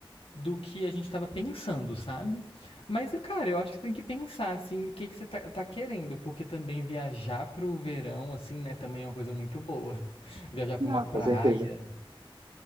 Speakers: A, on the left (about 80°); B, on the right (about 55°).
A: do que a gente tava pensando, sabe? Mas, cara, eu acho que tem que pensar, assim, o que que você tá, tá querendo, porque também viajar pro verão, assim, né, também é uma coisa muito boa. <laughs> Viajar pra
B: Não,
A: uma praia,
B: com certeza.